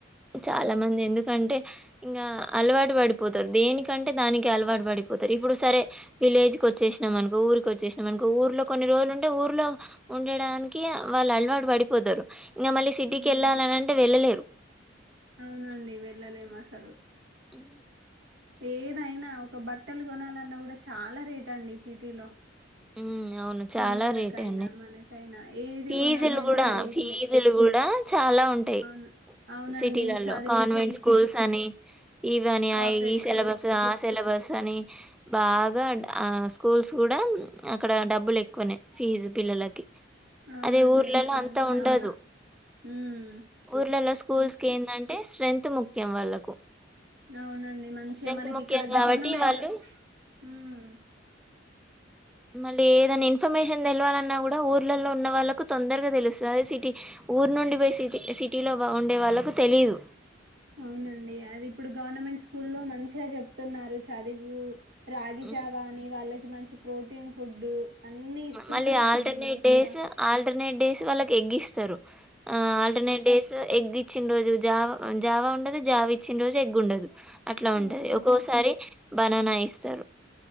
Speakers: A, in the centre; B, on the right.
A: చాలా మంది ఎందుకంటే ఇంకా అలవాటు పడిపోతారు దేనికంటే దానికి అలవాటు పడిపోతారు ఇప్పుడు సరే విలేజ్ క వచ్చేసినాం అనుకో ఊరికి వచ్చేసినాం అనుకో ఊర్లో కొన్ని రోజులు ఉంటే ఊర్లో ఉండడానికి వాళ్ళు అలవాటు పడిపోతారు ఇంకా మళ్ళీ సిటీకి
B: ఉమ్,
A: వెళ్ళాలని అంటే వెళ్ళలేరు
B: అవునండి వెళ్ళలేము అసలు
A: ఉ
B: ఏదైనా ఒక బట్టలు కొనాలన్నా కూడా చాలా రేట్ అండి సిటీలో
A: ఉమ్ అవును చాలా
B: పిల్లలకైనా
A: రేట్ అండి
B: మనకైనా ఏది
A: ఫీజులు
B: కొనాలైనా
A: కూడా
B: రేట్లే
A: ఫీజులు కూడా చాలా ఉంటాయి
B: అవును అవునండి
A: సిటీలలో
B: చదువుకి
A: కాన్వెంట్ స్కూల్స్ అని ఈవని
B: కార్పొరేట్
A: ఈ సిలబస్
B: స్కూల్స్
A: ఆ సిలబస్ కాని బాగా ఆ స్కూల్స్ కూడా అక్కడ డబ్బులు ఎక్కువనాయి ఫీజు పిల్లలకి
B: అవునండి
A: అదే ఊర్లలో
B: అసలు
A: అంతా
B: చాలా
A: ఉండదు
B: హ్మ్
A: ఊర్లలో స్కూల్స్
B: మంచి
A: కి ఏందంటే స్ట్రెంత్ ముఖ్యం వాళ్ళకు
B: అవునండి మంచిగా
A: స్ట్రెంత్
B: మనకి
A: ముఖ్యం
B: ఇక్కడ
A: కాబట్టి
B: గవర్నమెంట్
A: వాళ్ళు
B: ఉమ్
A: మళ్ళీ ఏదైనా ఇన్ఫర్మేషన్ తెలవాలన్నా కూడా ఊర్లలో ఉన్న వాళ్ళకు తొందరగా తెలుస్తుంది అదే సిటీ ఊర్ నుండి పోయి సిటీ సిటీలో ఉండే వాళ్ళకు తెలీదు
B: అవునండి అది ఇప్పుడు గవర్నమెంట్ స్కూల్లో మంచిగా చెప్తున్నారు చదువు రాగి
A: ఉమ్
B: చావా అని వాళ్ళకి మంచి ప్రోటీన్ ఫుడ్ అన్ని ఇస్తున్నారండి
A: మళ్ళీ ఆల్టర్నేట్
B: మంచిగా
A: డేస్ ఆల్టర్ ట్ డేస్ వాళ్ళకి ఎగ్గిస్తారు ఆ ఆల్టర్నేట్ డేస్ ఎగ్ ఇచ్చిన రోజు జావ జావా ఉండదు జావ ఇచ్చిన రోజు ఎగ్గుండదు అట్లా ఉంటది
B: అవునండి
A: ఒక్కోసారి బనానా ఇస్తారు